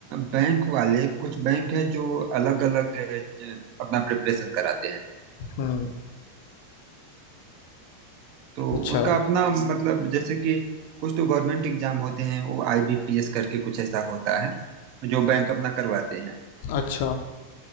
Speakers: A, on the right (about 45°); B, on the left (about 50°).
A: बैंक वाले कुछ बैंक है जो अलग अलग अपना प्रिपरेशन कराते हैं
B: हम्म
A: तो
B: अच्छा
A: उनका अपना मतलब जैसे कि कुछ तो गवर्नमेंट एग्जाम होते हैं वो आईबीपीएस करके कुछ ऐसा होता है जो बैंक अपना करवाते हैं
B: अच्छा